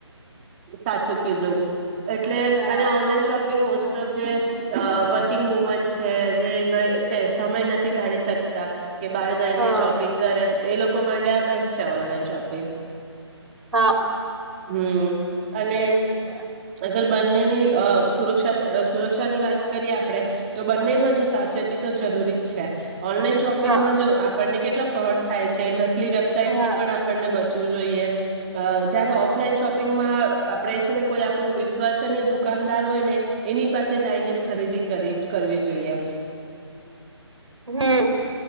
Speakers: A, on the right (about 20°); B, on the right (about 75°).
A: સાચું કીધું એ એટલે
B: હા
A: અને ઓનલાઈન શોપિંગ મોસ્ટ તો જે વર્કિંગ વુમન છે, જે સમય નથી કાઢી શકતા. કે બહાર જઈને
B: હા
A: શોપિંગ કરે. એ લોકો માટે આ બેસ્ટ છે ઓનલાઈન શોપિંગ.
B: હા.
A: હમ. અને
B: બેસ્ટ છે
A: અગર બંનેની અ સુરક્ષા સુરક્ષા ની વાત કરીએ આપડણે, તો બંનેમાં જો સાવચેતી તો જરૂરી જ છે. ઓનલાઈન શોપિંગમાં
B: હા
A: જો આપણને કેટલા ફ્રોડ થાય છે નકલી વેબસાઇટ
B: હા
A: થી પણ આપણને ું જોઈએ જ્યારે ઓફલાઈન શોપિંગમાં આપણે છે ને કોઈ આપણું વિશ્વસનીય દુકાનદાર હોય ને, એની પાસે જઈને જ ખરીદી કરવી જોઈએ.
B: હમ.